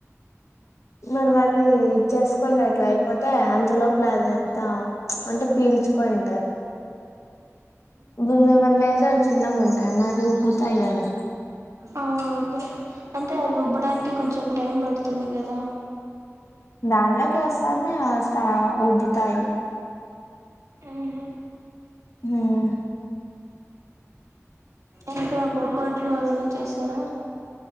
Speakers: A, on the left; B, on the right.
A: మరి మళ్లీ చేసుకున్నట్లా అయిపోతే అ ఇంతలో ప్లాజంత అంటే పీల్చుకోని ఉంటది ఇప్పుడు మనమేసం చిన్నగా ఉంటాయి మరి ఉబ్బుతాయి కదా
B: ఆ అదే అంటే అది ఉబ్బడానికి కొంచెం టైం పడుతుంది కదా
A: దాంట్లోకి వేస్తానే కాస్తా ఉబ్బుతాయి
B: ఊహు
A: హ్మ్
B: ఇంకా బొబ్బట్లు అలానే చేస్తారా